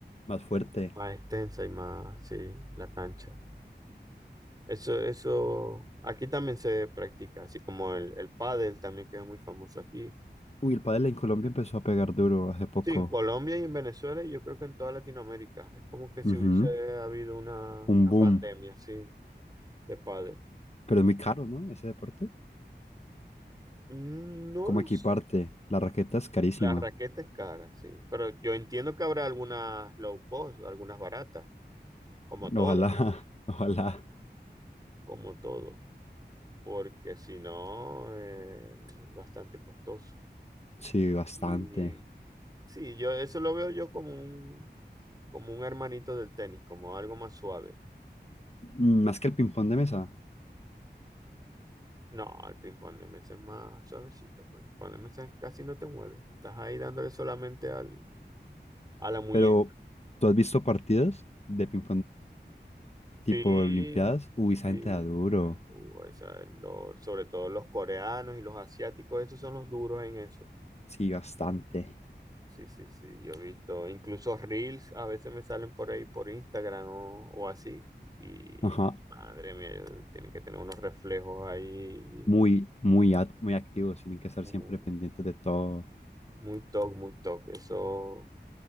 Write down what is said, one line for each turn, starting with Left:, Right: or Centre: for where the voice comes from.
Left: más fuerte.
Right: más extensa y más, sí, la cancha. Eso, eso, aquí también se practica, así como el, el pádel también que es muy famoso aquí.
Left: Uy, el pádel en Colombia empezó a pegar duro hace poco.
Right: Sí, en Colombia y en Venezuela y yo creo que en toda Latinoamérica. Es como que si
Left: Ujú,
Right: hubiese habido una, una
Left: Un boom.
Right: pandemia, sí, de pádel.
Left: Pero es muy caro, ¿no? Ese deporte.
Right: No
Left: Como
Right: los...
Left: equiparte? La raqueta es carísima.
Right: La raqueta es cara, sí. Pero yo entiendo que habrá algunas low cost, algunas baratas, como todo,
Left: Ojalá, <laughs> ojalá.
Right: como todo. Porque si no, eh, es bastante costoso.
Left: Sí, bastante.
Right: Y sí, yo eso lo veo yo como un, como un hermanito del tenis, como algo más suave.
Left: Mm, Más que el ping-pong de mesa.
Right: No, el ping-pong de mesa es más suavecito, pues el ping-pong de mesa casi no te mueve. Estás ahí dándole solamente al, a la muñeca.
Left: Pero, ¿tú has visto partidas de ping tipo
Right: Sí,
Left: Olimpiadas, uy, esa
Right: sí.
Left: gente da duro,
Right: Uh, esa es lo- sobre todo los coreanos y los asiáticos, esos son los duros en eso.
Left: sí, bastante,
Right: Sí, sí, sí, yo he visto. Incluso reels a veces me salen por ahí por Instagram o, o así. Y
Left: ajá,
Right: madre mía, ellos tienen que tener unos reflejos ahí
Left: muy, muy, ac- muy activos, tienen que estar
Right: uh,
Left: siempre pendientes de todo.
Right: muy top, muy top. Eso